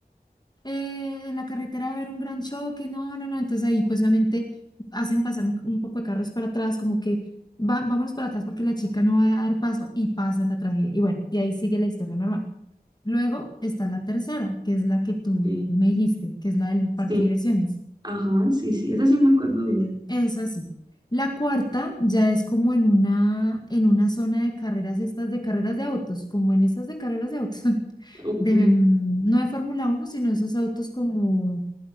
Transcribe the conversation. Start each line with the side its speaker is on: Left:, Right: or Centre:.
Left: "Eh, en la carretera va a haber un gran choque, no, no, no, entonces ahí pues obviamente hacen pasar un, un poco de carros para atrás, como que va- vámonos para atrás porque la chica no va a dar paso y pasa la tragedia y bueno, y ahí sigue la historia normal. Luego está la tercera, que es la que tú
Right: ok.
Left: me dijiste, que es la del parque
Right: Sí,
Left: de diversiones.
Right: ajá, sí, sí, esa sí me acuerdo bien.
Left: Es así. La cuarta ya es como en una, en una zona de carreras, estas de carreras de autos, como en estas de carreras de autos, <laughs>
Right: Ok,
Left: de, mm, no de Fórmula uno sino esos autos como,